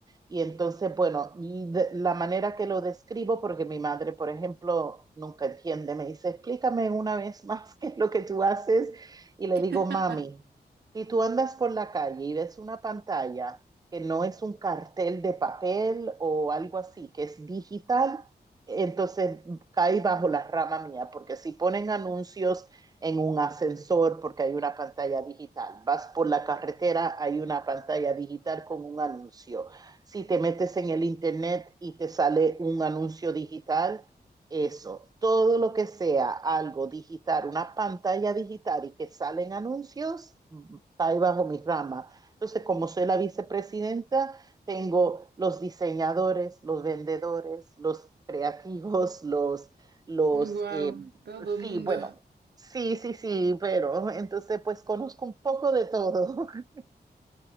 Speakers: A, on the right; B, on the right.
A: Y entonces, bueno, y de- la manera que lo describo, porque mi madre, por ejemplo, nunca entiende, me dice, explícame una vez más <laughs> qué es lo que tú haces y le
B: <laughs>
A: digo, mami, si tú andas por la calle y ves una pantalla que no es un cartel de papel o algo así, que es digital, entonces cae bajo la rama mía, porque si ponen anuncios en un ascensor porque hay una pantalla digital, vas por la carretera, hay una pantalla digital con un anuncio. Si te metes en el internet y te sale un anuncio digital, eso, todo lo que sea algo digital, una pantalla digital y que salen anuncios, está ahí bajo mi rama. Entonces, como soy la vicepresidenta, tengo los diseñadores, los vendedores, los creativos, los, los,
B: Wow,
A: eh,
B: todo mundo.
A: sí, bueno, sí, sí, sí, pero entonces pues conozco un poco de todo. <laughs>